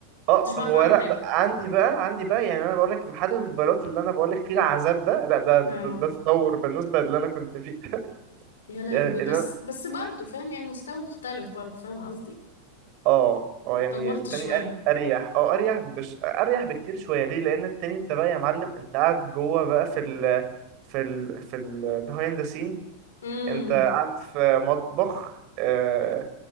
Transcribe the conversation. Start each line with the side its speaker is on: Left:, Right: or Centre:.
Right: آه
Left: مش بعرف
Right: هو
Left: اعمل
Right: لا
Left: حاجة
Right: بقى عندي بقى عندي بقى يعني انا بقول لك محل الموبايلات اللي انا بقول لك فيه العذاب ده لا ده ده,
Left: اه
Right: ده تطور بالنسبه للي انا كنت فيه <laughs>
Left: يا لهوي
Right: يعني
Left: بس
Right: اللي أنا-
Left: بس برضو فاهم يعني مستوى مختلف برضو فاهم قصدي
Right: اه اه آه،
Left: اتطورت
Right: يعني التاني
Left: شوية
Right: أر- اريح اه اريح بش اريح بكتير شويه ليه لان التاني انت بقى يا معلم انت قاعد جوه بقى في ال في ال في ال behind the scenes
Left: امم
Right: انت قاعد في مطبخ آه،